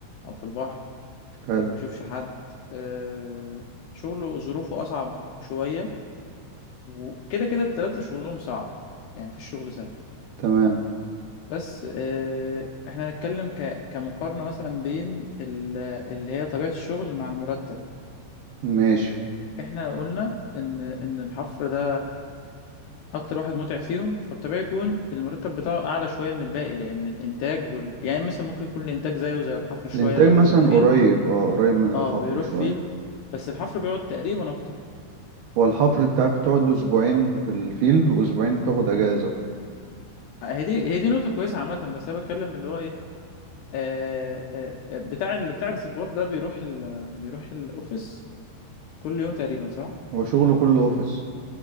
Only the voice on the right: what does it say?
حلو
تمام
ماشي
الانتاج
مثلا
قريب اه قريب من
الحفر
شويه
هو الحفر انت عارف بتقعد اسبوعين في الفيلد واسبوعين بتاخد اجازه
هو شغله كله اوفيس